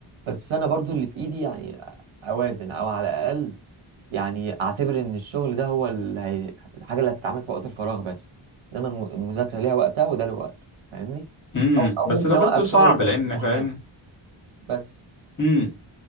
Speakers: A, on the right; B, on the left.
A: بس انا برضو اللي في ايدي يعني اوازن او على الاقل يعني اعتبر ان الشغل ده هو ال- هي- الحاجه اللي هتتعمل في وقت الفراغ بس انما الم- المذاكره ليها وقتها وده له وقت فاهمني
B: امم
A: او او
B: بس
A: ممكن
B: ده
A: اوقف
B: برضه صعب
A: شغل في
B: لان
A: وقت الامتحانات
B: فاهم
A: بس
B: امم